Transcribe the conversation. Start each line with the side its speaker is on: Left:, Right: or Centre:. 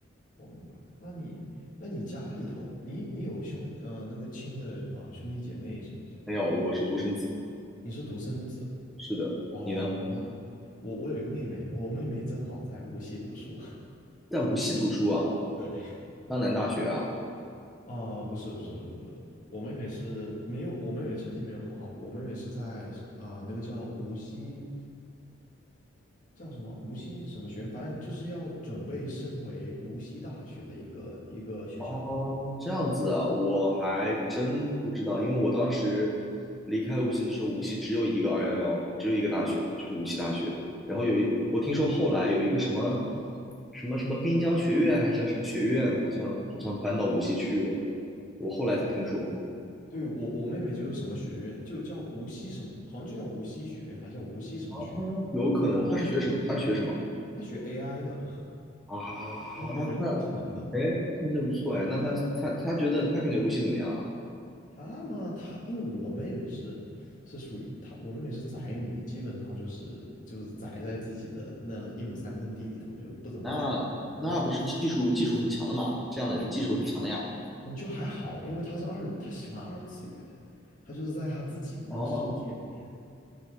Left: 我明白。那你那你家里头，你你有兄呃那个亲的呃兄弟姐妹什么之类的吗
Centre: 没有，我是独生子。
Left: 你是独生子
Centre: 是的，
Left: 哦，
Centre: 你呢？
Left: 那我我有一个妹妹，我妹妹正好在无锡读书。
Centre: 在无锡读书啊？
Left: <laughs> 对，
Centre: 江南大学啊？
Left: 啊，不是不是不是不是，我妹妹是没有，我妹妹成绩没有那么好了我妹妹是在啊、那个叫无锡叫什么无锡什么学院，反正就是要准备升为无锡大学的一个一个学校。
Centre: 哦，这样子啊，我还真不知道，因为我当时离开无锡的时候，无锡只有一个二幺幺，只有一个大学，就是无锡大学。然后有一，我听说后来有一个什么什么什么滨江学院，还是叫什么学院，好像好像搬到无锡去了。我后来才听说，
Left: 对，我我妹妹就是什么学院，就叫无锡什么，好像就叫无锡学院，还是叫无锡什么学院。
Centre: 啊，有可能他是学什么？
Left: 然后
Centre: 他是学什么
Left: 她学 AI 的，
Centre: 啊？
Left: <laughs> 她学人工智能的。
Centre: 那哎，听着不错哎，那他他他觉得他感觉无锡怎么样啊？
Left: 她嘛，她因为我妹妹是是属于她，我妹妹是宅女，基本上就是就是宅在自己的那一亩三分地里头，就不怎么出门了。
Centre: 那那不是技术技术很强的嘛？这样的人技术很强的呀。
Left: 你就还好，因为她是二，她喜欢二次元，她就是在她自己的那个世界里面。
Centre: 哦，